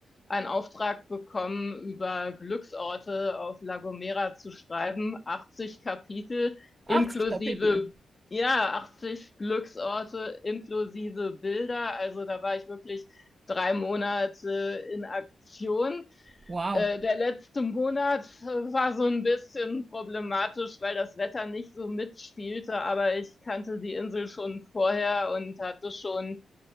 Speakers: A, on the left (about 25°); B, on the right (about 30°).
A: einen Auftrag bekommen, über Glücksorte auf La Gomera zu schreiben. 80 Kapitel
B: 80
A: inklusive
B: Kapitel.
A: ja, 80 Glücksorte inklusive Bilder. Also da war ich wirklich drei Monate in Aktion.
B: Wow.
A: Äh, der letzte Monat äh, war so ein bisschen problematisch, weil das Wetter nicht so mitspielte, aber ich kannte die Insel schon vorher und hatte schon